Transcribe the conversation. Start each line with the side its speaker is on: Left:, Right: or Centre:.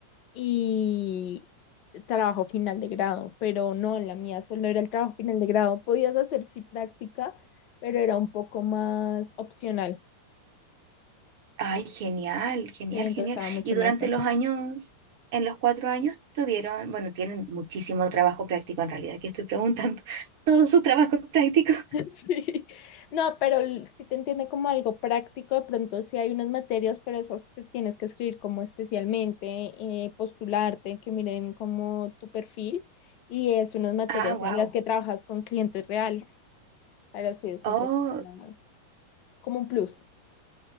Left: y trabajo final de grado, pero no, en la mía solo era el trabajo final de grado. Podías hacer sí práctica, pero era un poco más opcional.
Right: Ay, genial, genial,
Left: Sí, entonces
Right: genial.
Left: estaba mucho
Right: Y durante
Left: más fácil.
Right: los años, en los cuatro años, tuvieron, bueno, tienen muchísimo trabajo práctico en realidad, que estoy preguntando, <laughs> todo su trabajo práctico.
Left: <laughs> Sí. No, pero l- sí te entiende como algo práctico, de pronto sí hay unas materias, pero esas te tienes que escribir como especialmente, eh, postularte, que miren como tu perfil y es unas materias
Right: Ah, wow.
Left: en las que trabajas con clientes reales, pero sí es
Right: Oh,
Left: un poquito más como un plus,